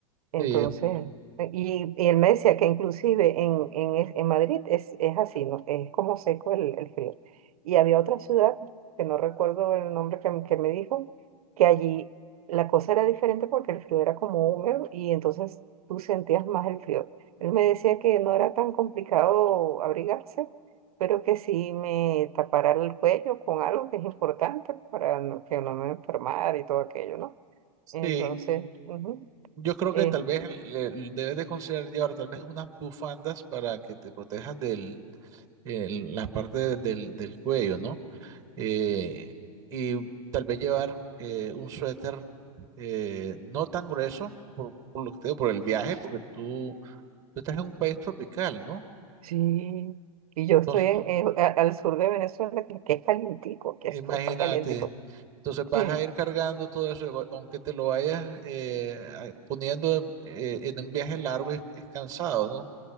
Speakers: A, on the right; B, on the right.
A: Entonces,
B: sí,
A: eh, y, y él me decía que inclusive en, en, es- en Madrid es, es así, ¿no? Es como seco el, el frío. Y había otra ciudad, que no recuerdo el nombre que, m- que me dijo, que allí la cosa era diferente porque el frío era como húmedo y entonces tú sentías más el frío. Él me decía que no era tan complicado abrigarse, pero que sí me tapara el cuello con algo que es importante para no- que no me enfermara y todo aquello, ¿no?
B: sí.
A: Entonces, ujú.
B: Yo creo
A: eh,
B: que tal vez le- debes de considerar llevar tal vez unas bufandas para que te protejas del el- la parte de- del, del cuello, ¿no? Eh, y tal vez llevar eh, un suéter eh, no tan grueso por, por lo que te digo, por el viaje, porque tú, tú estás en un país tropical, ¿no?
A: Sí, y yo
B: Entonces,
A: estoy en, en- a- al sur de Venezuela, que, que es calientico, que
B: imagínate,
A: esto está calientico.
B: entonces vas
A: Sí,
B: a ir cargando todo eso, aunque te lo vayas eh, a- poniendo eh, en un viaje largo, es, es cansado, ¿no?